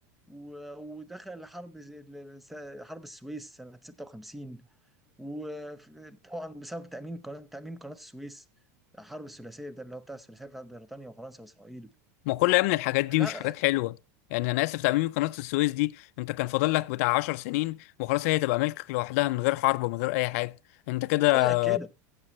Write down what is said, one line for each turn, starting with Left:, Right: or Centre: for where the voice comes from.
Centre: و... ودخل حرب زي- ال- س- حرب السويس سنه 56 وطبعا بسبب تامين قناه تامين قناه السويس الحرب الثلاثيه ده اللي هو بتاع الثلاثيه بتاعت بريطانيا وفرنسا واسرائيل
Left: ما كل يا ابني الحاجات دي
Centre: لا
Left: مش حاجات حلوه يعني انا اسف تعميم قناه السويس دي انت كان فاضل لك بتاع 10 سنين وخلاص هي تبقى ملكك لوحدها من غير حرب ومن غير اي حاجه انت كده
Centre: قال لك كده